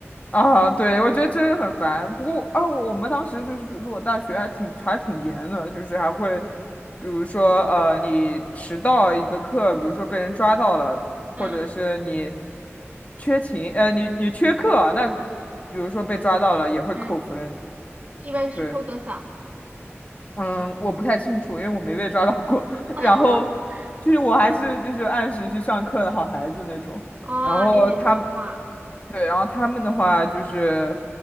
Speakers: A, on the left; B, on the right.
A: 啊，对，我觉得真的很烦。不过啊，我们当时就是，比如说我大学还挺还挺严的，就是还会，比如说呃，你迟到一个课，比如说被人抓到了，或者是你
B: <laughs> 嗯
A: 缺勤，呃，你你缺课，那比如说被抓到了也会扣分。
B: 嗯，一般是扣多少？
A: 对，嗯，我不太清楚，因为我没被抓到过。<laughs>
B: <laughs>
A: 然后就是我还是就是按时去上课的好孩子那种。
B: 哦，
A: 然后他
B: 你很听话。
A: 对，然后他们的话就是，